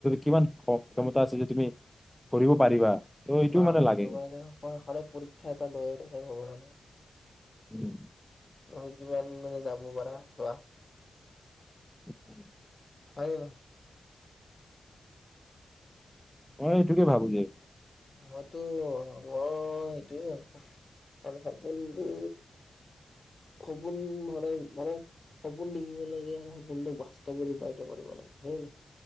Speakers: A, in the centre; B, on the left.
A: কিমান ক্ষমতা আছে যে তুমি কৰিব পাৰিবা। ত এইটো
B: অ'
A: মানে লাগে
B: সেইটো কাৰণে পৰীক্ষা এটা লৈয়ে থাকো মানে।
A: উম।
B: তুমি কিমান মানে যাব পাৰা যোৱা।
A: <unintelligible>
B: হয়।
A: মই এইটোকে ভাবো গে,
B: মইতো মই সেইটোয়ে হব, আৰু সপোনটো, -সপোন হলে মানে সপোন দেখিব লাগে আৰু সপোনটোক বাস্তৱত ৰূপায়িত কৰিব লাগে হয়নে নহয়?